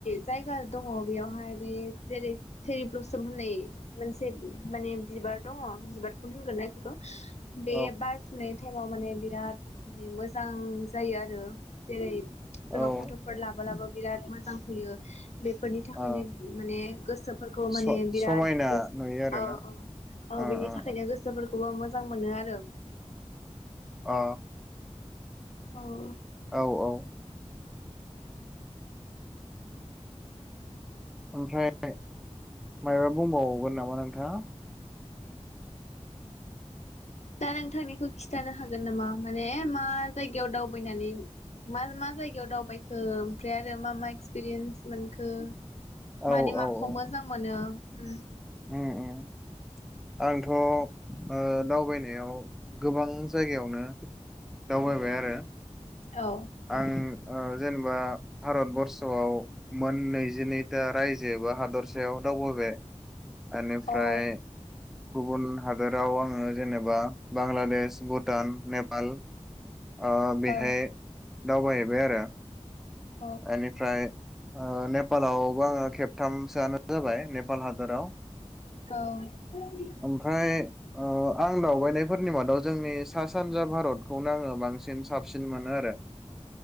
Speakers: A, on the left; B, in the centre.
A: जायगा दंङ बेयावहाय बे जेरै चेरि ब्लसोम होननाय मोनसे माने बिबार दंङ बिबार बेखौनो होनगोननाना ऐखौथबे
B: औ
A: बार फुनाय टाइमाव माने बिराद माने मोजां जायो आरो जेरै
B: औ
A: ज- फटफोर लाबोलाबो बिराद मोजां फैयो। बेफोरनि थाखायनो
B: आ
A: माने गोसोफोरखौ माने
B: स-
A: बिराद
B: समायना नुयो आरोना
A: औ औ औ
B: ओ
A: बिनि
B: ओ
A: थाखायनो गोसोफोरखौ खौबो मोजां मोनो आरो
B: ओ
A: औ
B: औ औ ओमफ्राय मबा बुंबावावगोन नामा नोंथाङा?
A: दा नोंथांनिखौ खिथानो हागोन नामा माने मा जायगायाव दावबायनानै मा मा जायगायाव दावबायखो ओमफ्राय आरो मा मा एक्सपिरियेन्स मोनखो?
B: औ
A: माने माखौ
B: औ औ
A: मोजां मोनो? उम
B: उम उम आंथ ओ दावबायनायाव गोबां जायगायावनो दावबायबाय आरो।
A: औ
B: आं जेनेबा भारतबर्सआव मोन नैजिनैथा रायजो बा हादरसायाव दावबायबाय। बेनिफ्राय
A: औ
B: गुबुन हादराव आंङो जेनेबा बांलादेश भुटान नेपाल। आ बेहाय
A: औ
B: दावबायहैबाय आरो।
A: औ
B: एनिफ्राय ओ नेपालावबो आङो खेबथामसोआनो जाबाय नेपाल हादराव।
A: औ
B: ओमफ्राय ओ आं दावबायनायफोरनि मादाव जोंनि सा सानजा भारतखौनो आङो बांसिन साबसिन मोनो आरो